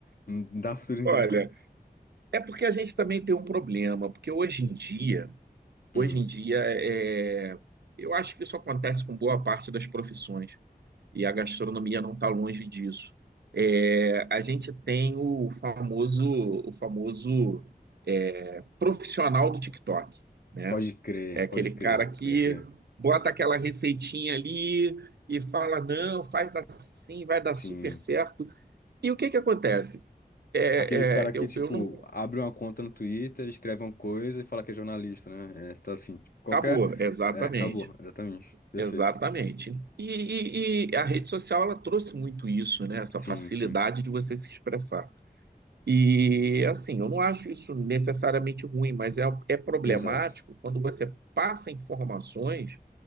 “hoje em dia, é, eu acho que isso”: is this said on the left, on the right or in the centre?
Right